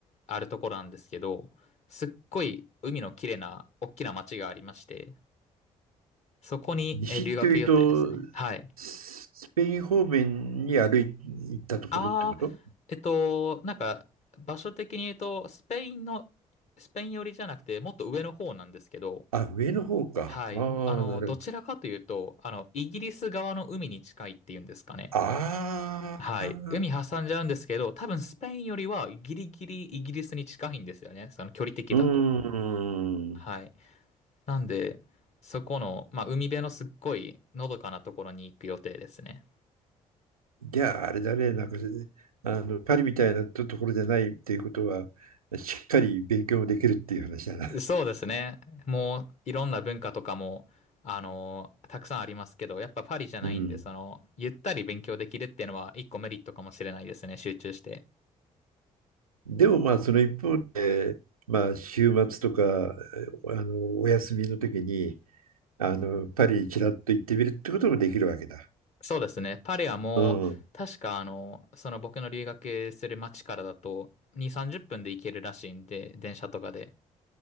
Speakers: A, on the left; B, on the right.
A: あるところなんですけど、すっごい海の綺麗な、大きな街がありまして、そこにえ留学予定ですね。
B: 西というと、
A: はい。
B: ススペイン方面に歩い行ったところってこと
A: ああ、えっと、なんか、場所的に言うと、スペインの、スペイン寄りじゃなくて、もっと上の方なんですけど、
B: あ、上の方か。
A: はい。
B: ああ、
A: あの、
B: なるほど。
A: どちらかというと、あの、イギリス側の海に近いっていうんですかね。
B: ああ、
A: はい。海挟んじゃうんですけど、多分スペインよりはギリギリイギリスに近いんですよね。その距離的だと。
B: うーん。
A: はい。なんで、そこの、まあ、海辺のすっごいのどかなところに行く予定ですね。
B: じゃあ、あれだね、なんか、あの、パリみたいなと、ところじゃないっていうことは、しっかり勉強もできるっていう話だな。
A: そうですね。もう、いろんな文化とかも、あの、たくさんありますけど、やっぱパリじゃないんで、
B: うん。
A: その、ゆったり勉強できるっていうのは一個メリットかもしれないですね。集中して。
B: でもまあ、その一方で、まあ、週末とか、あの、お休みの時に、あの、パリにちらっと行ってみるってこともできるわけだ。
A: そうですね。パリはもう、
B: うん。
A: 確かあの、その僕の留学する町からだと、2、30分で行けるらしいんで、電車とかで。